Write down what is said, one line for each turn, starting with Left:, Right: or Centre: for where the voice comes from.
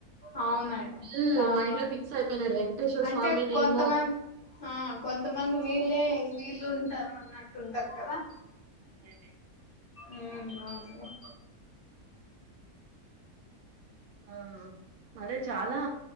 Left: అవునండి
Right: ఫుల్
Left: చాలా
Right: మైండ్
Left: బాగుంటది
Right: లో ఫిక్స్ అయిపోయినాడు వెంకటేశ్వర
Left: అంటే
Right: స్వామినేమో
Left: కొంతమద్ ఆ కొంతమంది వీళ్ళే వీళ్ళు ఉంటారు అన్నట్టు ఉంటారు కదా
Right: అవున్లేండి
Left: ఉమ్ అవును అండి
Right: ఆ అదే చాలా